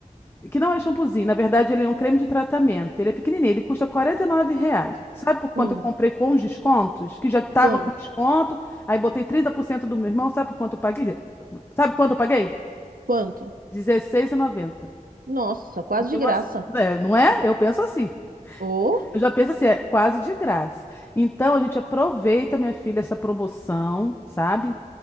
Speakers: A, on the left; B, on the right.
A: Que não é shampoozinho, na verdade ele é um creme de tratamento. Ele é pequenininho, ele custa 49 reais. Sabe por quanto
B: Hum,
A: eu comprei com os descontos? Que já estava
B: quanto?
A: com desconto, aí botei 30% do meu irmão, sabe por quanto eu paguei? Sabe quanto eu paguei?
B: Quanto?
A: Dezesseis e noventa.
B: Nossa, quase
A: Então,
B: de graça.
A: assim, né, não é? Eu penso assim.
B: Oh,
A: Eu já penso assim, é quase de graça. Então, a gente aproveita, minha filha, essa promoção, sabe?